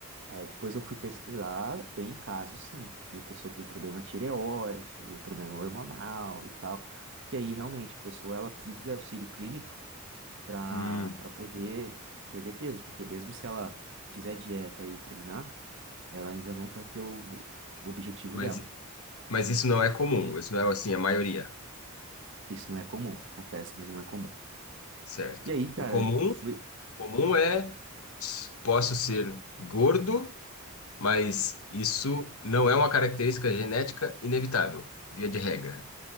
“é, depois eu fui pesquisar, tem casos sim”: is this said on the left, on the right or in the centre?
Right